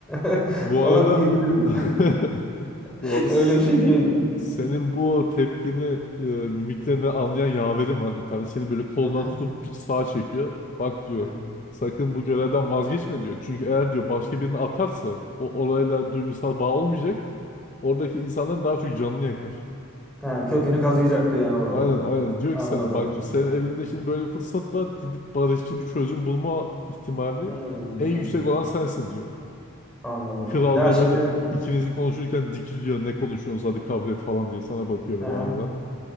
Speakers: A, in the centre; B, on the left.
A: <laughs>
B: Bu
A: falan
B: arada
A: diyebilirim.
B: <laughs>
A: <laughs>
B: bu arada
A: Öyle
B: s-
A: bir şey diyebilirim.
B: senin bu tepkini e, mimiklerini anlayan yaverim var bir tane. Seni böyle kolundan
A: Hı hı,
B: tutup bir sağa çekiyor. Bak diyor.
A: hı hı,
B: Sakın bu görevden vazgeçme diyor. Çünkü eğer diyor başka birini atarsa o orayla duygusal bağ olmayacak. Oradaki insanların daha çok canını yakar.
A: Ha, kökünü kazıyacak diyor yani oranın.
B: Aynen aynen. Diyor
A: Anladım.
B: ki sana bak diyor, senin elinde şimdi böyle bir fırsat var. Gidip barışçıl bir çözüm bulma ihtimali
A: Hmm,
B: en yüksek olan sensin diyor.
A: anladım.
B: Kral
A: Ya
B: da
A: şimdi
B: böyle ikinizi konuşurken dikiz diyor ne konuşuyorsunuz hadi kabul et falan diye sana bakıyor böyle
A: hı
B: arada.